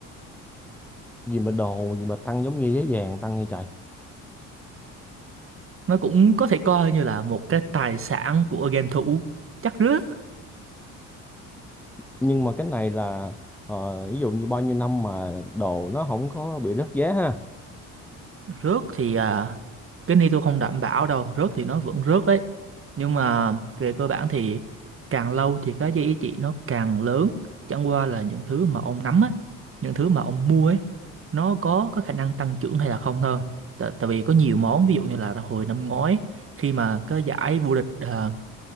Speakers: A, in the centre; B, on the right.
A: gì mà đồ gì mà tăng giống như giá vàng tăng như trời
B: nó cũng có thể coi như là một cái tài sản của game thủ chắc rớt
A: nhưng mà cái này là ờ, ví dụ như bao nhiêu năm mà đồ nó không có bị rớt giá ha
B: rớt thì à, cái này tôi không đảm bảo đâu rớt thì nó vẫn rớt đấy nhưng mà về cơ bản thì càng lâu thì cái giá trị nó càng lớn chẳng qua là những thứ mà ông nắm á những thứ mà ông mua ấy nó có có khả năng tăng trưởng hay là không thôi tại, tại vì có nhiều món ví dụ như là hồi năm ngoái khi mà cái giải vô địch à,